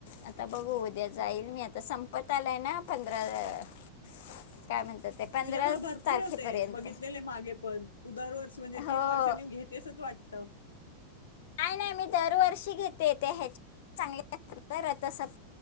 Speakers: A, on the left; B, on the left.
A: आता बघू उद्या जाईल मी आता संपत आलाय ना पंधरा अ काय म्हणतात. ते पंधरा
B: तुझ्याकडे भरपूर
A: तारखेपर्यंत.
B: होते बघितलेले मागे पण तू दरवर्षी म्हणजे
A: हो
B: तीन वर्षानी घेतेसच वाटतं.
A: नाय नाय न मी दरवर्षी घेते त्या ह्याच्या <unintelligible> चांग रथसप्